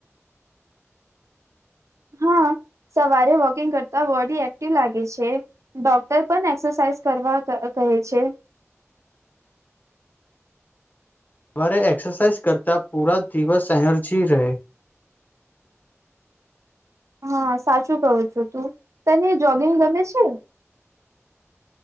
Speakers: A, on the right; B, on the left.
A: હા સવારે વોકિંગ કરતા બોડી એક્ટિવ લાગે છે ડોક્ટર પણ એક્સરસાઇઝ કરવા કહે છે.
B: સરે એક્સરસાઇઝ કરતા પૂરા દિવસ એનર્જી રહે.
A: હા સાચું કહું છું તું તને જોગિંગ ગમે છે.